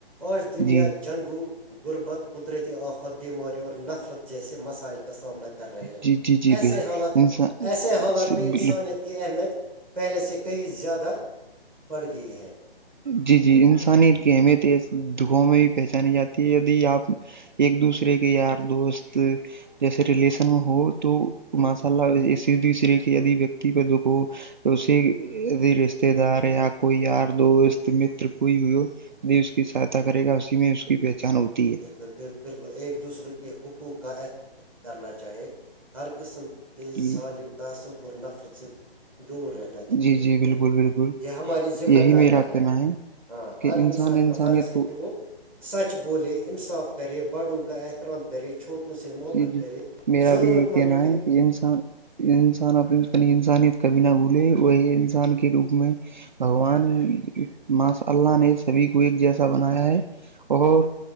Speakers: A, in the centre; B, on the right (about 50°).
A: آج دنیا
B: جی
A: جنگوں غربت قدرتی آفت بیماری اور نفرت جیسے مسائل کا سامنا کر رہے ہیں
B: جی جی جی
A: ایسے
B: بھائی
A: حالت
B: انسان
A: ایسے حالات میں انسانیت کی اہمیت پہلے سے کہئی زیادہ بڑھ گئی ہے
B: جی جی انسانیت
A: ہاں
B: کی اہمیت دکھوں میں بھی پہچانی جاتی ہے دی آپ ایک دوسرے کے یار دوست جیسے ریلیشن میں ہو تو
A: ہوں
B: ماشاء اللہ دوسرے کے دی ویکتی پ دکھ اسے رشتے رشتے دار
A: ہوں
B: یا کوئی دوست متر کوئی بھی ہو یہ اس کی سہایتا کرے گا اسی میں اس کی پہچان ہوتی ہے
A: بالکل بالکل ایک دوسرے کے حقوق کا اا کرنا چاہے ہر قسم کہ
B: جی
A: ظالم تعصب اور نفرت ست دور چاہیے
B: جی جی
A: پھر
B: بالکل بالکل
A: یہ ہماری ذمہ
B: یہی
A: داریاں
B: میرا
A: ہیں
B: کہنا ہے
A: ہاں ہر
B: کہ
A: انسان
B: انسانیت
A: کا فرض ہے
B: کو
A: کہ وہ سچ بولے انصاف کرے بڑوں کا احترام کرے چھوٹو سے محبت
B: جی جی
A: کرے
B: میرا
A: ضرورت
B: بھی یہی
A: مندم
B: کہنا ہے کہ انسان انسان اپ اپ انسانیت کبھی نہ بھولے وہی انسان کے روپ میں بھگوان ماںس اللہ نے سبھی کو ایک جیسا بنایا ہے اور